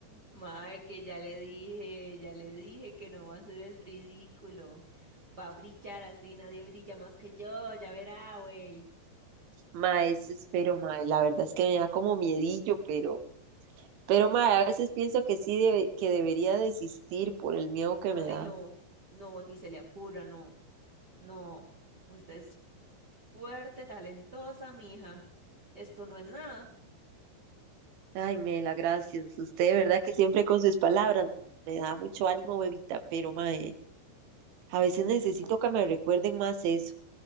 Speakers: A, on the right; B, on the right.
A: Mae, que ya le dije, ya le dije que no va a ser el ridículo. Va a brillar así, nadie brilla más que yo, ya verá, güey.
B: Mae, eso espero, mae, la verdad es que me da como miedillo, pero Pero mae, a veces pienso que sí, debe- que debería desistir por el miedo que
A: Ay,
B: me da.
A: no, no, ni se le ocurra, no, no. Usted es fuerte, talentosa, mija. Esto no es nada.
B: Ay, Mela, gracias. Usted, de verdad que siempre con sus palabras me da mucho ánimo, bebita, pero mae, a veces necesito que me recuerden más eso.